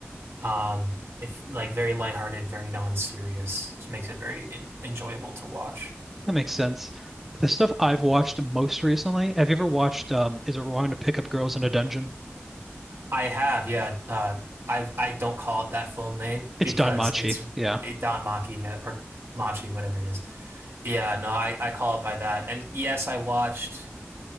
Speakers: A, on the right (about 70°); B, in the centre.
A: Um, if like very lighthearted, very non-serious. Just makes it very en enjoyable to watch.
B: That makes sense. The stuff I've watched most recently, have you ever watched um Is It Wrong to Pick Up Girls in a Dungeon?
A: I have, yeah. Uh, I I don't call it that full name
B: It's
A: because
B: Don Machi.
A: it's
B: Yeah.
A: it Don Machi uh, or Machi, whatever it is. Yeah, no, I, I call it by that. And yes, I watched